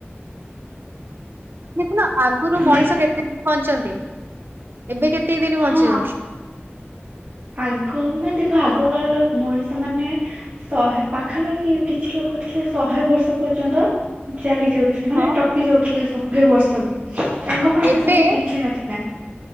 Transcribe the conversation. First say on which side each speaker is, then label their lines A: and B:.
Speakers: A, on the right; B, on the right.
A: <inaudible> ଦେଖୁନ ଆଗରୁ ମଣିଷ
B: ଦେ
A: କେତେ ପଞ୍ଚନ୍ତି ଏବେ କେତେ ଦିନ ବଞ୍ଚିଯାଉଛି।
B: ହଁ ଆଗ ମାନେ ଦେଖ ଆଗ କାଳର ମଣିଷ ମାନେ ଶହେ ପାଖାପାଖି କିଛି ଲୋକ ଥିଲେ ଶହେ ବର୍ଷ ପର୍ଯ୍ୟନ୍ତ ଚାଲି ଯାଉଥିଲା ମାନେ
A: ହଁ।
B: ଟପି ଯାଉଥିଲା ସହେ ବର୍ଷ ବି <inaudible> ତାଙ୍କ ପାଇଁ
A: ଏବେ
B: ସେ ସବୁ କିଛି ନଥିଲା।